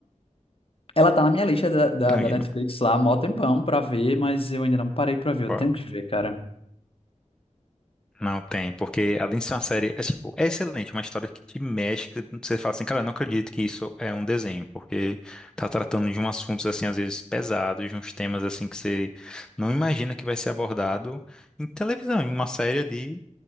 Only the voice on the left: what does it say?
Ela tá na minha lista da, da,
da
Netflix lá, mó tempão pra ver, mas eu ainda não parei pra ver. Eu
tenho que ver, cara.